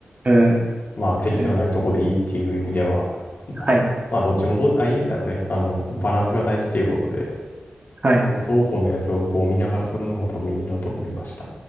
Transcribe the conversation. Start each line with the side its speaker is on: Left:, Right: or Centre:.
Right: うん、
Left: まあ適度なとこでいいっていう意味では、
Right: うん
Left: <laughs> まあ、
Right: はい、
Left: まあどっちもどう、あ、いいんだろうね。あの、バランスが大事ということで、
Right: はい。
Left: あの、双方のやつをこう見ながら撮るのが多分いいんだと思いました。